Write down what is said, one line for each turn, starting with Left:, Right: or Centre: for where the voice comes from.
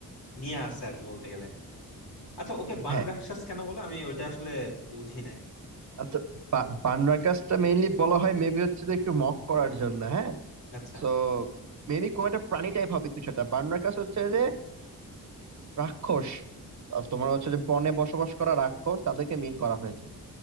Left: নিয়ে আসছে আর কি বলতে গেলে আচ্ছা ওকে বান
Right: হ্যাঁ
Left: রাক্ষস কেন বলে আমি ওইটা আসলে বুঝি নাই
Right: আচ্ছা বা- বানরা কাজটা মেইনলি বলা হয় মেবি হচ্ছে যে একটু মক করার জন্য হ্যাঁ
Left: আচ্ছা
Right: তো মেবি কোন একটা প্রাণী টাইপ হবে কিছুটা বানরা কাজ হচ্ছে যে রাক্ষস আর তোমার হচ্ছে যে বনে বসবাস করা রাক্ষস তাদেরকে মেইন করা হয়েছে